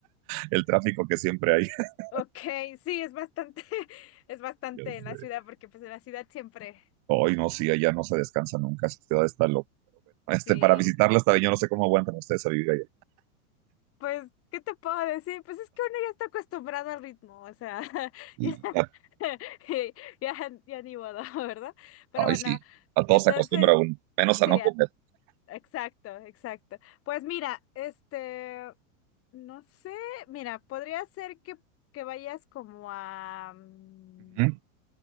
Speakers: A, on the right; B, on the left.
A: el tráfico que siempre hay. <laughs>
B: Ok, sí, es bastante, <laughs> es bastante
A: Ya sé.
B: en la ciudad, porque pues en la ciudad siempre,
A: Ay, no, sí, allá no se descansa nunca, esa ciudad está loca. Este,
B: sí.
A: para visitarla está bien, yo no sé cómo aguantan ustedes a vivir allá.
B: Pues, ¿qué te puedo decir? Pues es que uno ya está acostumbrado al ritmo, o sea, <laughs>
A: Y,
B: ya,
A: ya-
B: <laughs> ya, ya ni modo, <laughs> ¿verdad? Pero
A: ay,
B: bueno,
A: sí, a todos
B: entonces,
A: se acostumbra uno, menos
B: sí,
A: a no
B: a-
A: comer.
B: exacto, exacto. Pues mira, este, no sé, mira, podría ser que, que vayas como a... mm,
A: ¿Mm?